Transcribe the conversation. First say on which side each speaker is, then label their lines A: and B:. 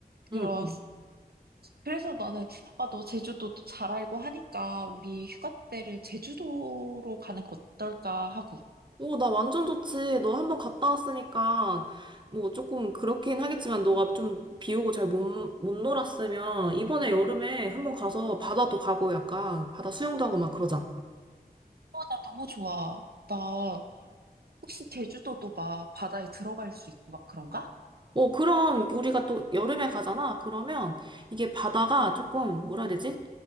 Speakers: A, on the right (about 30°); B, on the right (about 70°).
A: 응.
B: 그런. 그래서 나는 아, 너 제주도도 잘 알고 하니까 우리 휴가 때를 제주도로 가는 거 어떨까 하고.
A: 오, 나 완전 좋지. 너 한 번 갔다 왔으니까, 뭐, 조금 그렇긴 하겠지만, 너가 좀 비 오고 잘 못, 못 놀았으면, 이번에 여름에 한 번 가서 바다도 가고, 약간, 바다 수영도 하고 막 그러자.
B: 어, 나 너무 좋아. 나 혹시 제주도도 막 바다에 들어갈 수 있고 막 그런가?
A: 어, 그럼 이게 우리가 또 여름에 가잖아. 그러면 이게 바다가 조금 뭐라 해야 되지?